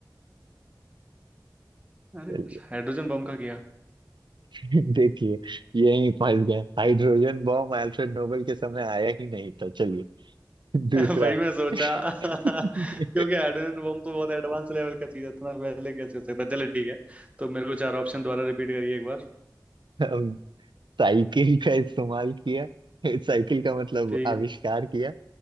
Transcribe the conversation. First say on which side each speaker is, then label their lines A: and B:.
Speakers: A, on the right; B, on the right.
A: अरे
B: चलिए,
A: हाइड्रोजन बम का किया
B: <laughs> देखिए यही फंस गया हाइड्रोजन बॉम्ब अल्फ्रेड नोबेल के समय आया ही नहीं था चलिए
A: <laughs>
B: दूसरा
A: वही मैं सोचा <laughs> क्योंकि
B: <laughs>
A: हाइड्रोजन बम तो बहुत एडवांस लेवल का चीज है इतना पहले कैसे हो सकता है चलो ठीक है तो मेरे को चार ऑप्शन दोबारा रिपीट करिए एक बार
B: हम साइकिल का इस्तेमाल किया साइकिल का मतलब
A: ठीक
B: आविष्कार
A: है
B: किया